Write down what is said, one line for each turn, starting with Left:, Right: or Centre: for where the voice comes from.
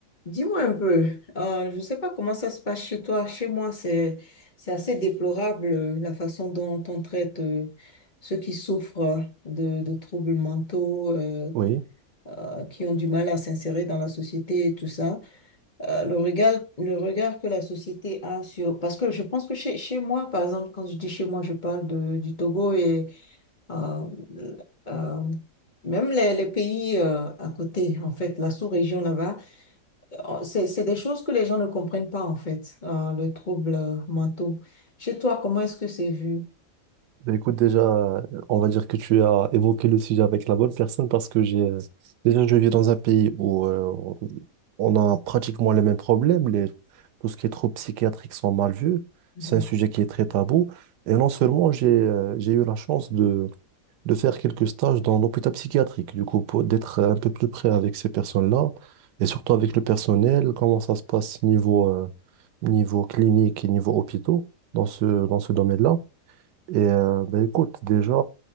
Left: Dis-moi un peu, euh, je ne sais pas comment ça se passe chez toi. Chez moi, c'est, c'est assez déplorable euh, la façon dont on traite euh, ceux qui souffrent euh, de, de troubles mentaux, euh,
Right: Oui,
Left: euh, qui ont du mal à s'insérer dans la société et tout ça. Euh, le regard, le regard que la société a sur... Parce que je pense que chez, chez moi, par exemple, quand je dis chez moi, je parle de, du Togo et euh, euh, même les, les pays euh, à côté, en fait, la sous-région là-bas. Oh, C'est, c'est des choses que les gens ne comprennent pas, en fait, euh, le trouble euh, mentaux. Chez toi, comment est-ce que c'est vu?
Right: bah écoute, déjà, euh, on va dire que tu as évoqué le sujet avec la bonne personne parce que j'ai euh, déjà, je vis dans un pays où euh, on on a pratiquement les mêmes problèmes. Les, tout ce qui est trop psychiatrique sont mal vus.
Left: Mhm.
Right: C'est un sujet qui est très tabou. Et non seulement j'ai euh, j'ai eu la chance de, de faire quelques stages dans l'hôpital psychiatrique, du coup, pour- d'être un peu plus près avec ces personnes-là et surtout avec le personnel, comment ça se passe niveau, euh, niveau clinique et niveau hôpitaux dans ce, dans ce domaine-là. Et euh, bah, écoute, déjà,